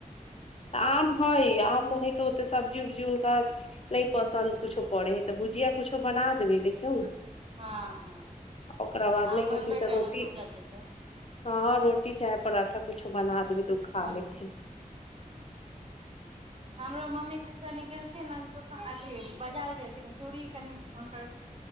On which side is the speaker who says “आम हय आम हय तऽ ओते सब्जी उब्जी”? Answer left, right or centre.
Left